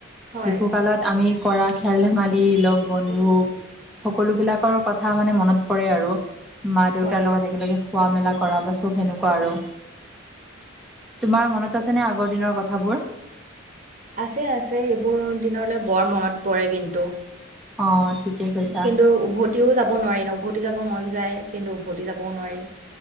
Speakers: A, on the right (about 40°); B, in the centre.
A: হয়।
B: শিশুকালত আমি কৰা খেল ধেমালি লগ বন্ধু সকলো বিলাকৰ কথা মানে মনত পৰে আৰু, মা দেউতাৰ
A: হয়
B: লগত একেলগে খোৱা মেলা কৰা বা চব সেনেকুৱা আৰু। তোমাৰ মনত আছেনে আগৰ দিনৰ কথাবোৰ?
A: আছে আছে সেইবোৰ দিনলৈ বৰ মনত পৰে কিন্তু।
B: অ' ঠিকেই কৈছা
A: কিন্তু উভতিও যাব নোৱাৰি ন উভতি যাব মন যায় কিন্তু উভতি যাবও নোৱাৰি।